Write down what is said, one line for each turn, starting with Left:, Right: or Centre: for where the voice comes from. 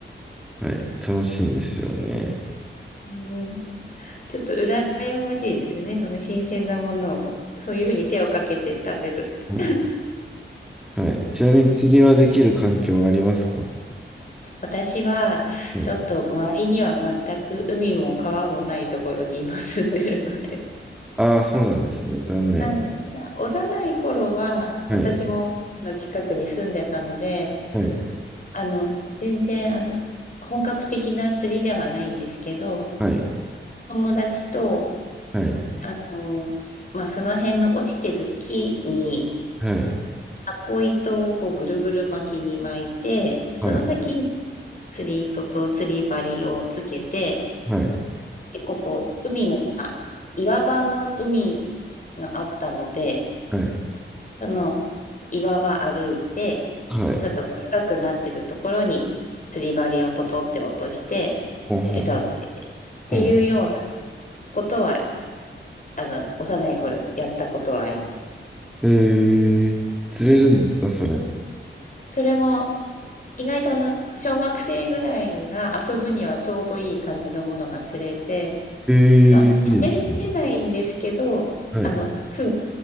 Centre: はい。楽しいんですよね。
Left: うん。ちょっと羨ましいですね。その新鮮なものを、そういうふうに手をかけて食べるって。
Centre: はいはい。ちなみに釣りはできる環境はありますかは
Left: 私は、
Centre: い。
Left: ちょっと周りには全く海も川もないところに今住んでるので。
Centre: ああ、そうなんですね。残念。
Left: はい。ただ、幼い頃は、
Centre: はい。
Left: 私も海の近くに住んでたので、
Centre: はい。
Left: あの、全然、あの、本格的な釣りではないんですけど、
Centre: はい。
Left: 友達と、
Centre: はい。
Left: あの、まあ、その辺の落ちてる木に、
Centre: はい。
Left: タコ糸をこうぐるぐる巻きに巻いて、その先に
Centre: はい。
Left: 釣り糸と釣り針をつけて、
Centre: はい。
Left: 結構こう、海が、岩場の海があったので、
Centre: はい。
Left: その岩場歩いて、
Centre: はい。
Left: ちょっとこう深くなってるところに釣り針をポトって落として、
Centre: ほんほん。
Left: 餌をつけてっていうような
Centre: ほん。
Left: ことは、あの、幼い頃やったことはあります。
Centre: えー、釣れるんですかそれ。
Left: はいそれが意外とあの小学生ぐらいが遊ぶにはちょうどいい感じのものが釣れて、
Centre: え
Left: まあ、
Centre: ー、いいですね。
Left: 食べれないんですけど、
Centre: はい。
Left: あの、フグ、